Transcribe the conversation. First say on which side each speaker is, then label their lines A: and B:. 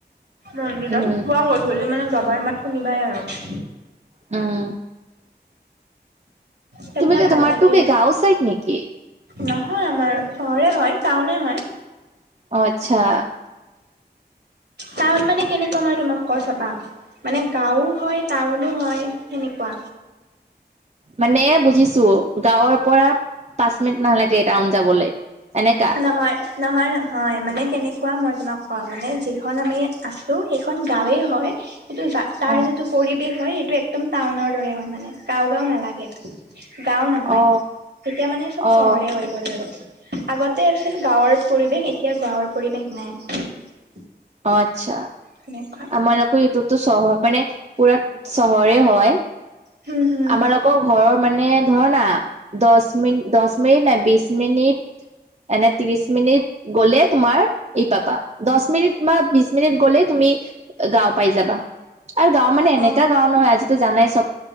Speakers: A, on the right; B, on the right.
A: মন্দিৰত
B: উম
A: পোৱা। গধূলি মানে দবাৰ মাত শুনিবাই আৰু
B: উম।
A: তেতিয়া
B: তুমি ক
A: ভাল
B: তোমাৰটো
A: লাগে
B: কি গাঁও চাইড নেকি?
A: নহয় আমাৰ চহৰে হয় টাউনে হয়।
B: অ আচ্ছা।
A: টাউন মানে কেনেকুৱা মই তোমাক কৈছো ৰবা। মানে গাঁও হয় টাউনো হয় সেনেকুৱা
B: মানে বুজিছো গাঁৱৰ পৰা পাঁচ মিনিট নালাগে টাউন যাবলে এনেকা
A: নহয় নহয় নহয় মানে কেনেকুৱা মই তোমাক কওঁ মানে যিখন আমি আছো কিন্তু সেইখন গাঁৱেই হয় এইটো তাৰ
B: অ
A: যিটো পৰিৱেশ হয় সেইটো একদম টাউনৰ দৰে হয় মানে গাঁও গাঁও নালাগে গাঁও নহয়
B: অ
A: এতিয়া মানে চব
B: অ
A: চহৰে হয়। আৰু আগতে আছিল গাঁৱৰ পৰিৱেশ এতিয়া গাঁৱৰ পৰিৱেশ নাই।
B: অ আচ্ছা
A: এনেকুৱা
B: তোমালোকৰ এইটোতো চহৰ মানে পুৰা চহৰে হয়
A: হম হম
B: আমালোকৰ ঘৰৰ মানে ধৰ না দহ মিনিট দহ মিনিট নাই বিশ মিনিট এনে ত্ৰিশ মিনিট গলে তোমাৰ ই পাবা দহ মিনিট বা বিছ মিনিট গ'লে তুমি গাঁও পাই যাবা। আৰু গাঁও মানে এনেকা
A: অ
B: গাঁও নহয় আজিতো জানাই চব